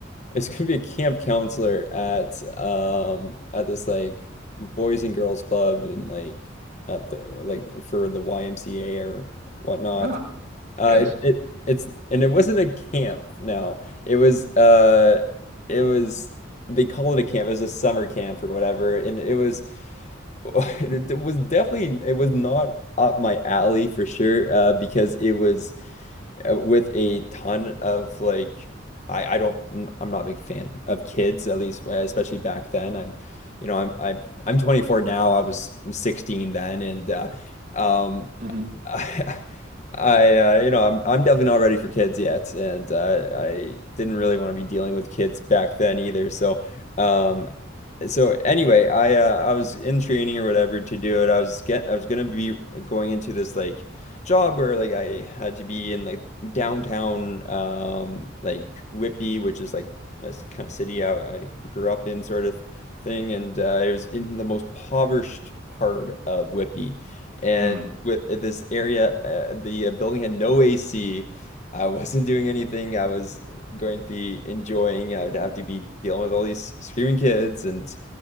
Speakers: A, on the left; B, on the right.
A: it's gonna be a camp counselor at um at this like boys and girls club and like at the like for the YMCA or whatnot.
B: Ah,
A: Uh,
B: yes.
A: it, it it's and it wasn't a camp. No, it was uh, it was they call it a camp. It was a summer camp or whatever, and it was. <laughs> It was definitely, it was not up my alley for sure, uh, because it was uh, with a ton of like, I, I don't, I'm I'm not a big fan of kids, at least, uh, especially back then. I'm, you know, I'm, I'm, I'm 24 now. I was 16 then. And, uh, um,
B: hmm
A: <laughs> I, I, uh, you know, I'm, I'm definitely not ready for kids yet. And, uh, I didn't really want to be dealing with kids back then either. So, um, so anyway, I uh, I was in training or whatever to do it. I was get I was gonna be going into this like job where like I had to be in like downtown um like Whitby, which is like this kind of city I, I grew up in sort of thing, and uh, it was in the most impoverished part of Whitby, and
B: Mm.
A: with uh, this area, uh, the uh, building had no AC. I wasn't doing anything. I was going to be enjoying. I would have to be dealing with all these screaming kids and